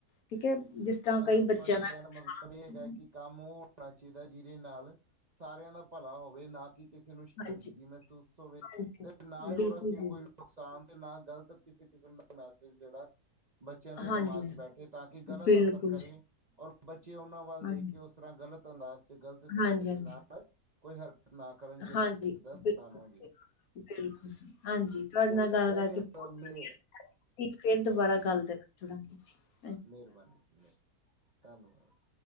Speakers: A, on the left; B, on the right.
A: ਠੀਕ ਹੈ ਜਿਸ ਤਰ੍ਹਾਂ
B: ਜ਼ਿਆਦਾਤਰ
A: ਕਈ
B: ਤੁਹਾਡੇ
A: ਬੱਚਿਆਂ ਦਾ
B: ਕਹਿਣ
A: ਨੁਕਸਾਨ
B: ਮਤਲਬ ਇਹ ਹੈਗਾ ਕਿ ਕੰਮ ਉਹ ਹੋਣਾ ਚਾਹੀਦਾ ਜਿਹਦੇ ਨਾਲ, ਸਾਰਿਆਂ ਦਾ ਭਲਾ ਹੋਵੇ ਨਾ ਕਿ ਕਿਸੇ ਨੂੰ ਸ਼ਿੰਦਗੀ
A: ਹਾਂਜੀ
B: ਮਹਿਸੂਸ ਹੋਵੇ,
A: ਹਾਂਜੀ
B: ਤੇ ਨਾ ਹੀ
A: ਬਿਲਕੁਲ
B: ਉਹ ਰ ਕਿ
A: ਜੀ
B: ਕੋਈ ਨੁਕਸਾਨ ਤੇ ਨਾ, ਗ਼ਲਤ ਕਿਸੇ ਕਿਸਮ ਦਾ ਮੈਸੇਜ ਜਿਹੜਾ ਬੱਚਿਆਂ ਦੇ
A: ਹਾਂਜੀ
B: ਦਿਮਾਗ 'ਚ ਬੈਠੇ, ਤਾਂ ਕਿ ਗ਼ਲਤ
A: ਬਿਲਕੁਲ
B: ਅਸਰ ਕਰੇ,
A: ਜੀ
B: ਔਰ ਬੱਚੇ ਉਹਨਾਂ ਵੱਲ ਦੇਖ
A: ਹਾਂਜੀ
B: ਕੇ ਉਸ ਤਰ੍ਹਾਂ ਗ਼ਲਤ ਅੰਦਾਜ਼ ਗ਼ਲਤ ਤਰੀਕੇ
A: ਹਾਂਜੀ
B: ਦੇ ਨਾਲ,
A: ਹਾਂਜੀ
B: ਕੋਈ ਹਰਕਤ ਨਾ ਕਰਨ ਜਿਨਾ
A: ਹਾਂਜੀ
B: ਕਿਸੇ ਦਾ ਨੁਕਸਾਨ
A: ਬਿਲਕੁਲ
B: ਹੋਣ ਜੇ
A: ਬਿਲਕੁਲ ਜੀ, ਹਾਂਜੀ ਤੁਹਾਡੇ
B: ਇਹ
A: ਨਾਲ
B: ਇਹ
A: ਗੱਲ ਕਰਕੇ
B: ਇਹਦੇ
A: ਬਹੁਤ
B: ਮੇ
A: ਵਧੀਆ ਲੱਗਿਆ ਇਸ ਤੇ ਫੇਰ ਦੁਬਾਰਾ
B: ਥੈਂਕ
A: ਗੱਲ ਦੇ ਚਾਂਗੇ ਜ
B: ਮਿਹਰਬਾਨੀ ਮਿਹਰਬਾਨੀ ਧੰਨਵਾਦ